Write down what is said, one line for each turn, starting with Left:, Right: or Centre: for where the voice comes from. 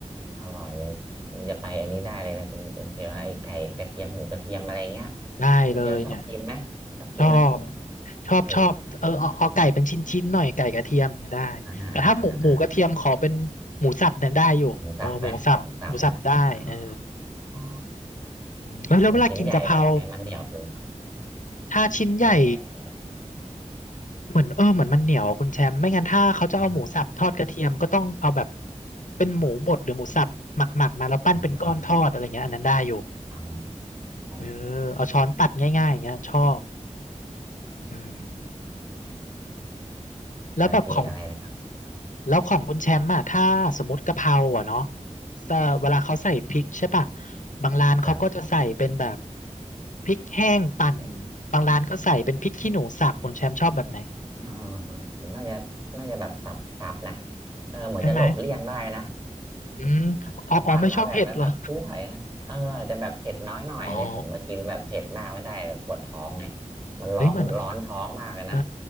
Right: อร่อยเลยนี่จะไปอันนี้ได้เลยนะคุณคุณเชลนะไอ้ไก่กระเทียมหมูกระเทียมอะไรเงี้ย
Left: ได้เลยเนี่ย
Right: คุณเชลชอบกินไหมชอบกินไหม
Left: ชอบชอบชอบเออเอาเอาไก่เป็นชิ้นๆหน่อยไก่กระเทียมเนี่ยได้
Right: เอออ่าอ่าอ่า
Left: แต่ถ้าหมูหมูกระเทียมขอเป็นหมูสับเนี่ยได้อยู่หมูหมูสับหมูสับได้เออ
Right: หมูสับไหมหมูสับนะอ๋ออ๋อ
Left: อืมเออแล้วเวลากินกะเพรา
Right: เออชิ้นใหญ่แบบไงมันเหนียวเกินเหรอ
Left: ถ้าชิ้นใหญ่
Right: ชิ้นใหญ่แบบเหนียว
Left: เหมือนเออเหมือนมันเหนียวคุณแชมป์ไม่งั้นถ้าเขาจะเอาหมูสับทอดกระเทียมก็ต้องเอาแบบ
Right: อ่า
Left: เป็นหมูบดหรือหมูสับหมักหมักมาแล้วปั้นเป็นก้อนทอดอะไรเงี้ยอันนั้นได้อยู่
Right: อ่าอ่าอ่าอ๋อ
Left: เออเอาช้อนตัดง่ายๆอย่างเงี้ยชอบ
Right: เ
Left: อืมแล้วแบบของ
Right: มื่อกี้อะไรนะครับ
Left: แล้วของคุณแชมป์อะถ้าสมมติกะเพราอะเนาะเอ่อเวลาเขาใส่พริกใช่ป่ะบางร้านเขาก็จะใส่เป็นแบบ
Right: กับ
Left: พริกแห้งปั่น
Right: เนี่ย
Left: บางร้านก็ใส่เป็นพริกขี้หนูสับคุณแชมป์ชอบแบบไหน
Right: อ่าผมน่าจะน่าจะแบบสับสับนะเออเหมือนจะหลบเลี่ยงได้นะ
Left: ใช่ไหมอืมอ๋ออ๋อไม่ชอบเผ็ดเหรอ
Right: <laughs> ปั่นมาแบบแบบแบบถ้วเลยนะเอออาจจะแบบเผ็ดน้อยหน่อยเลยผมมากินแบบเผ็ดมากไม่ได้แบบปวดท้องไง
Left: อ๋อ
Right: มันร้อนร้อนท้องมากเลยนะ
Left: เฮ้ยเหมือนเออ